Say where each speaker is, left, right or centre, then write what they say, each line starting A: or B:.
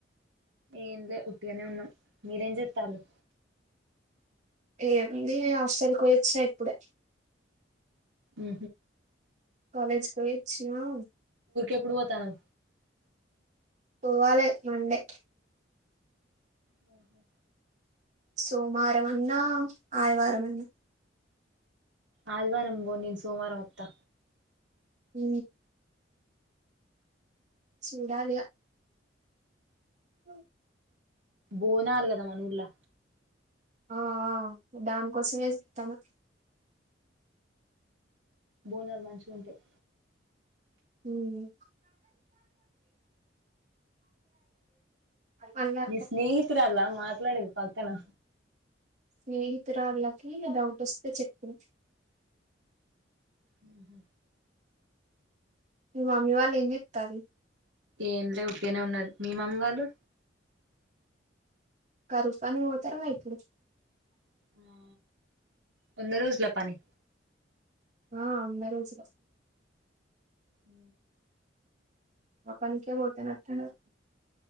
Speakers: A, on the right; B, on the right.
A: ఏం లే ఉట్టిగనే ఉన్నాం మీరేం చెత్తాల్లు
B: ఏంది హాస్టల్కి పోయొచ్చినా ఇప్పుడే
A: ఉ
B: కాలజ్ కచ్చ అ
A: ఎప్పుడుూ పోతాను
B: పోవాలి మండే
A: ఆ హూ
B: సోమవారం అన్నా ఆదివారం అన్నా
A: ఆదివారం పో నేను సోమవారం వత్తా
B: ఊ చూడాలి అ
A: బోనాారు కదా మానూర్లా
B: ఆ దాన్ కోసంస్త తను
A: బోనాలు మంచి ఉంటాయి
B: ఉమ్ మళ్ళా
A: ని స్నేహిరల్ మాత్ర పట్లాడది పాకనా
B: స్నేహితురాళ్ళకి డౌట్ వస్తే చెప్పు
A: హహ
B: ఇ మమ్మీ వాళ్ళంగ్ ఇక్తార
A: ఏంటే ఉట్టేనే ఉన్నారు మీ మమ్మీ వాళ్ళు
B: క రూపానే వతారు మా ఇప్పుడు
A: ఆ వంద రోజుల పని
B: ఆ అంద రోజు
A: హ
B: ఆ పనికే పోతున్నటున్నారు